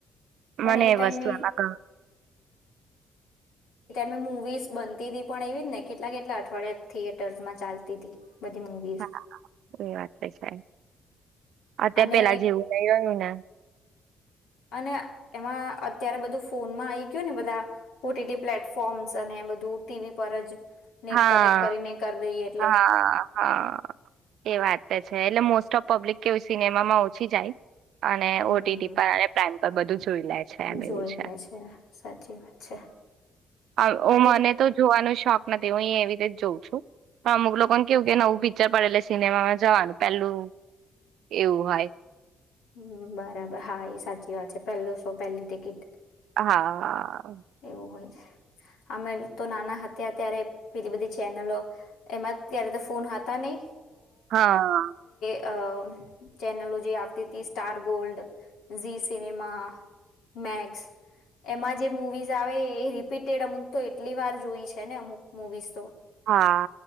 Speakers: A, on the left; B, on the right.
A: પણ
B: મને એ
A: ટાઈમે
B: વસ્તુ એમાં ક
A: મે મુવીઝ બનતી હતીી પણ એવી જ ને કેટલા કેટલા અઠવાડિયા થિયેટર્સ માં ચાલતી હતી બધી મુવીઝ
B: હા એ વાત તો છે અત્યારે
A: અને
B: પેલા જેવું નહીં રયુ ને
A: અને એમાં અત્યારે બધું ફોનમાં આવી ગયું ને બધા ઓટીટી પ્લેટફોર્મ્સ અને ધુર ટીવી પર જ નેટ
B: હા.
A: કનેક્ટ કરીને કર દઈએ એટલે
B: હા હા એ વાત છે એટલે મો ટોપ પ્લિક કે સિનેમામાં ઓછી જાય અને
A: હમ
B: ઓ પર પ્રઇમ પર બધું જોઈ લે છેમે
A: જોઈ
B: છે
A: લે સાચી વાત છે
B: હ હ
A: બાકી
B: મને તો જોવાનો શોખ નથી હું અ એવી રીતે જોઉં છું તો અમુક લોકોને કેવું કે નવું પિક્ચર પડેલે સિનેમામાં જવાનું પેલું એવું હોય
A: હ બરાબર હા એ સાચી વાત છે પહેલો શો પહેલી ટકીિટ
B: હા
A: એવું હોય છે અમે તો નાના હતા ત્યારે પેલી બધી ચેનલો એમાં ક્યારે તો ફોન હતા નહ
B: હા
A: અ ચેનલો જે આવતી Star Gold Zee Cinema Max એમાં જે મૂવીઝ આવે એ રિપીટેડ અમુક તો એટલી વાર જોઈ છે ને અમુક મુવીઝ તો
B: હા